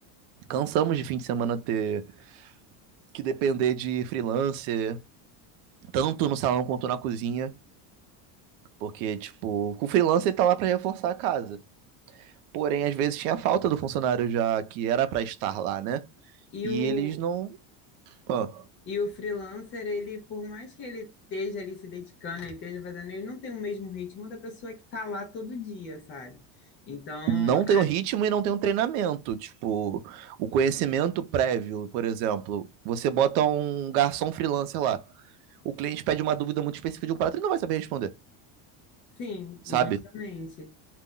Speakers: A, on the right; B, on the left.
A: Cansamos de fim de semana ter que depender de freelancer, tanto no salão quanto na cozinha. Porque, tipo, com freelancer ele tá lá para reforçar a casa. Porém, às vezes tinha falta do funcionário já que era para estar lá, né?
B: E
A: E
B: o,
A: eles não, ó,
B: e o freelancer, ele, por mais que ele esteja ali se dedicando, ele esteja fazendo, ele não tem o mesmo ritmo da pessoa que está lá todo dia, sabe? Então,
A: não tem
B: a-
A: o ritmo e não tem o treinamento. Tipo, o conhecimento prévio, por exemplo, você bota um garçom freelancer lá. O cliente pede uma dúvida muito específica de um prato, ele não vai saber responder,
B: sim,
A: sabe?
B: justamente.